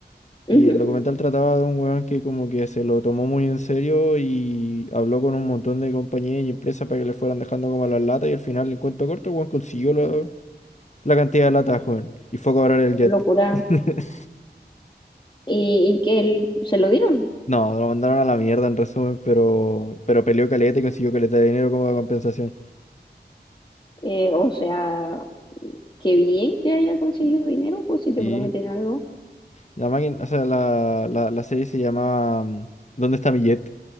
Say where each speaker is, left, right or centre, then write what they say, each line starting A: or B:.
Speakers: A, on the left (about 25°); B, on the left (about 40°).
A: ujú.
B: Y el documental trataba de un weón que como que se lo tomó muy en serio y habló con un montón de compañías y empresas para que le fueran dejando como las latas y al final, en cuento corto, el weón consiguió lo- la cantidad de latas, weón. Y fue a cobrar
A: Oh,
B: el jet.
A: Locura.
B: <laughs>
A: ¿Y, y que él, se lo dieron?
B: No, lo mandaron a la mierda en resumen, pero, pero peleó caleta y consiguió caleta de dinero como de compensación.
A: Eh, o sea, qué bien que haya conseguido dinero, pues si te
B: Sí.
A: prometen algo.
B: La máquina, o sea, la, la, la serie se llamaba mm, ¿Dónde está mi jet?